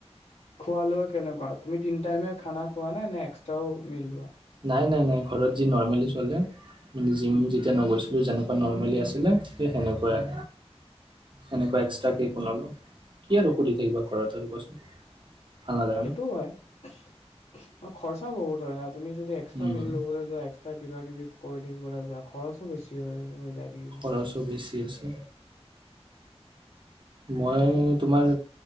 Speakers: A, on the left; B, on the right.
A: খোৱা লোৱা কেনেকুৱা তুমি তিন টাইমে খানা খোৱা নে নে এক্সট্ৰাও মিল লোৱা
B: নাই নাই নাই ঘৰত যি নৰ্মেলি চলে মানে জিম
A: উম
B: যেতিয়া নগৈছ এই যেনেকুৱা নৰ্মেলি আছিলে। স সেনেকুৱাই
A: উম
B: সেনেকুৱা এক্সট্ৰা
A: উম।
B: কেকনালো কিয় আৰু ঔষুধ থাকিবা ঘৰ ত আৰু কোৱাচোন ভাল নালাগে
A: সেইটোও
B: ন?
A: হয় আৰু খৰচা বহুত হয় ন। তুমি যদি এক্সট্ৰা
B: উম,
A: মিল লবলৈ যোৱা এক্সট্ৰা কিবা কিবি কৰি থাকিবলৈ যোৱা খৰচো বেছি হয় যায় থাকিব।
B: খৰচো বেছি আছে মই তোমাৰ